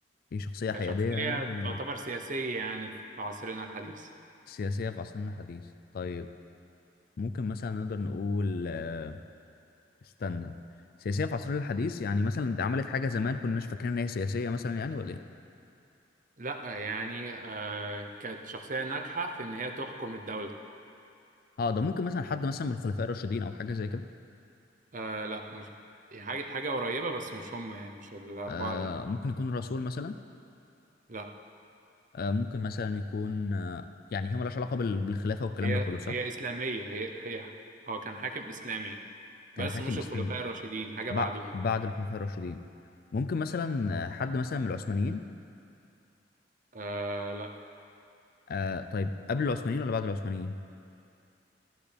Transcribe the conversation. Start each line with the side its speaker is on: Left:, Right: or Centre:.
Left: هي شخصية
Right: كشخصية
Left: حيادية يعني آه،
Right: تعتبر سياسية يعني في عصرنا الحديث
Left: سياسية في عصرنا الحديث طيب ممكن مثلا نقدر نقول آه، استنى سياسيه في عصرنا الحديث يعني مثلا انت عملت حاجه زمان كناش فاكرين ان هي سياسيه مثلا يعني ولا ايه
Right: لا يعني آه. كانت شخصية ناجحة في إن هي تحكم الدولة
Left: اه ده ممكن مثلا حد مثلا من الخلفاء الراشدين او حاجه زي كده
Right: آه لا مش حاجة حاجة قريبة بس مش هم يعني مش الأربعة
Left: آه
Right: ال-
Left: ممكن يكون رسول مثلا
Right: لا
Left: آه ممكن مثلا يكون آه يعني هي مالهاش علاقه بال- بالخلافه والكلام
Right: هي
Left: ده كله صح
Right: هي إسلامية هي هي هو كان حاكم إسلامي يعني.
Left: كان
Right: بس
Left: حاكم
Right: مش
Left: اسلامي
Right: الخلفاء الراشدين حاجة
Left: بع-
Right: بعدهم
Left: بعد الخلفاء الراشدين ممكن مثلا آه، حد مثلا من العثمانيين
Right: آه لا
Left: آه طيب قبل العثمانيين ولا بعد العثمانيين